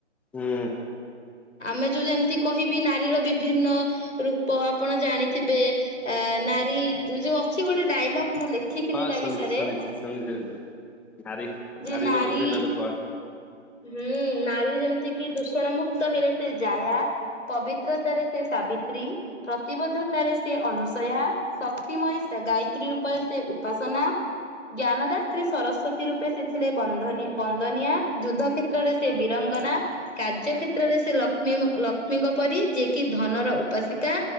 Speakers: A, in the centre; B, on the left.
A: ହୁଁ
B: ଆମେ ଯୋଉ ଯେମିତି କହିବି ନାରୀର ବିଭିନ୍ନ ରୂପ ଆପଣ ଜାଣିଥିବେ ଅ ନାରୀ ଯୋଉ ଅଛି ଗୋଟେ ଡାଇଲଗ ମୁଁ ଲେଖିଥିଲି
A: ହଁ
B: ତା
A: ଶୁଣିଛି
B: ବିଷୟରେ
A: ଶୁଣିଛି ଶୁଣିସାରିଲି ନାରୀ
B: ଯେ
A: ନାରୀର
B: ନାରୀ
A: ବିଭିନ୍ନ ରୂପ
B: ହୁଁ ନାରୀ ଯେମିତି କିି ଦୂଷଣ ମୁୁକ୍ତ ହେଲେ ସେ ଜାୟା ପବିତ୍ରତାରେ ସେ ସାବିତ୍ରୀ ପ୍ରତିବଦ୍ଧତାରେ ସେ ଅନୁସୟା ଶକ୍ତିମୟୀ ଗାୟତ୍ରୀ ରୂପରେ ସେ ଉପାସନା ଜ୍ଞାନଦାତ୍ରୀ ସରସ୍ଵତୀ ରୂପେ ସେ ଥିଲେ ବନ୍ଧ ବନ୍ଦନିୟା ଯୁଦ୍ଧ କ୍ଷେତ୍ରରେ ସେ ବୀରଙ୍ଗନା କାର୍ଯ୍ୟକ୍ଷେତ୍ରରେ ସେ ଲକ୍ଷ୍ମୀ ଲକ୍ଷ୍ମୀଙ୍କ ପରି ଯିଏକି ଧନର ଉପାସିକା